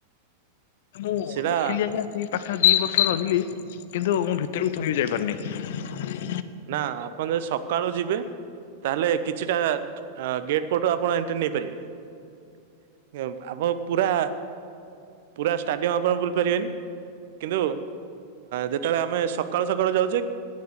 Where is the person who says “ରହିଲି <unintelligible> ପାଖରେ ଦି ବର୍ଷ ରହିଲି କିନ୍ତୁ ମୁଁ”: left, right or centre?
Left